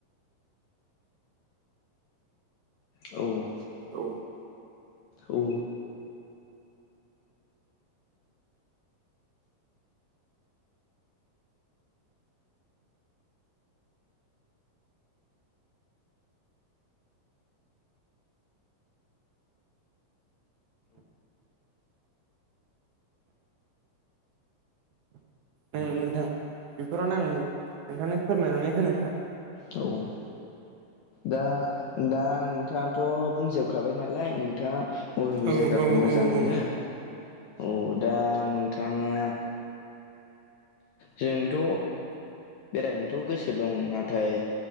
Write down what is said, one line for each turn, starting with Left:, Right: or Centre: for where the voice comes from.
Left: औ
Right: औ
Left: औ
Right: ओं नोंथां बेफोरावनो आं नोंथांनो फोरमायनानै होनो थाखाय
Left: औ। दा दा नोंथाङाथ' बुंजोबखाबाय नालाय नोंथाङा अबेबे
Right: औ
Left: जायगाखौ
Right: औ
Left: मोजां
Right: औ
Left: मोनो
Right: औ
Left: औ दा नोंथाङा जोंथ' बेरायनोथ' गोसो दं नाथाय